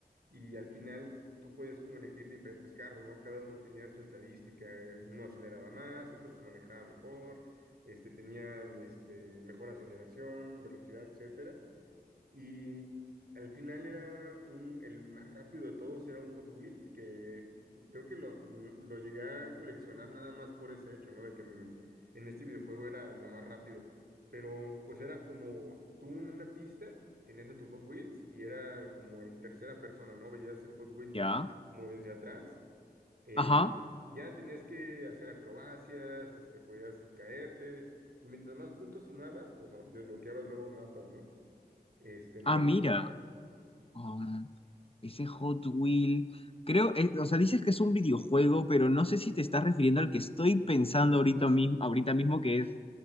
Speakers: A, on the right; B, on the left.
A: y al final tú podías como elegir diferentes carros, ¿no? Cada uno tenía su estadística, eh, uno aceleraba más, otro se manejaba mejor, este, tenían este, mejor aceleración, velocidad, etcétera. Y al final era un, el más rápido de todos, era un Hot Wheels, que creo que lo, lo llegué a coleccionar nada más por ese hecho, ¿no? De que en, en este videojuego era lo más rápido. Pero pues era como tú en una pista, tenías a tu Hot Wheels y era como en tercera persona, ¿no? Veías el Hot Wheels
B: ¿ya?
A: como desde atrás. eh,
B: Ajá.
A: y ya tenías que hacer acrobacias, este, podías caerte. Y mientras más puntos sumabas, pues ah, desbloqueabas nuevos mapas, ¿no? este, nuevas
B: Ah, mira. Um, ese Hot Wheel. Creo, es- o sea, dices que es un videojuego, pero no sé si te estás refiriendo al que estoy pensando ahorita mismo, ahorita mismo, que es